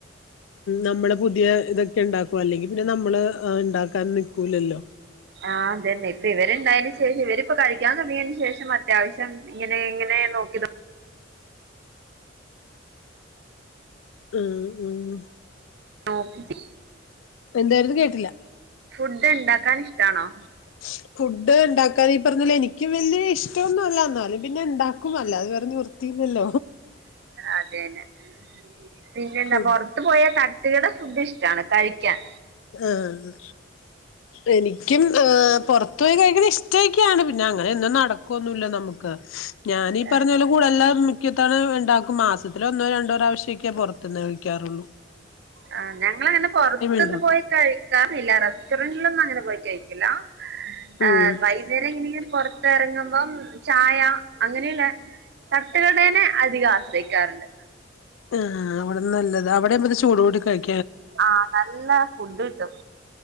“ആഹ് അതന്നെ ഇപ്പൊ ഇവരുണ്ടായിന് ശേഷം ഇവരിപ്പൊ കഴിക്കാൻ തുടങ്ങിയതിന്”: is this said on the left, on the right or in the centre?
Right